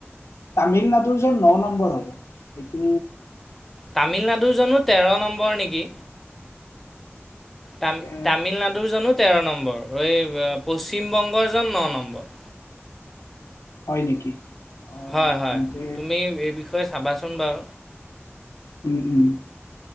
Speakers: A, on the left; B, in the centre.
A: তামিলনাডুৰ জন ন ন হব এইটো
B: তামিলনাডুৰ জনো তেৰ নম্বৰ নেকি? তাম
A: এ
B: তামিলনাডুৰ জনো তেৰ নম্বৰ পশ্চিম বংগৰ জন ন নম্বৰ
A: হয় নেকি? অঁ
B: হয় হয়
A: তেন্তে
B: তুমি এই বিষয়ে চাবাচোন সোনবাৰ
A: উম উম